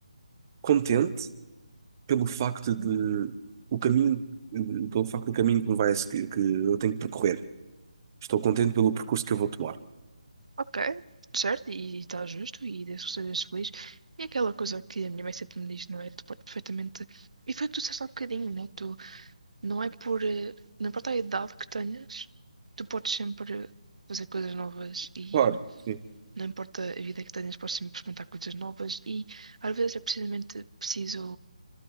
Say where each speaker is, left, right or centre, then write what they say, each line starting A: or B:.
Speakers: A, on the right; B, on the right.
A: contente pelo facto de.
B: Uhum.
A: O caminho. Pelo facto do caminho que, me vai, que que eu tenho que percorrer. Estou contente pelo percurso que eu vou tomar.
B: Ok, certo, e está justo, e desde que sejas feliz. E aquela coisa que a minha mãe sempre me diz, não é? Tu podes perfeitamente. E foi o que tu disseste há bocadinho, né? Tu não é por. eh, Não importa a idade que tenhas, tu podes sempre fazer coisas novas e
A: Claro, sim.
B: não importa a vida que tenhas, podes sempre experimentar coisas novas. E às vezes é precisamente preciso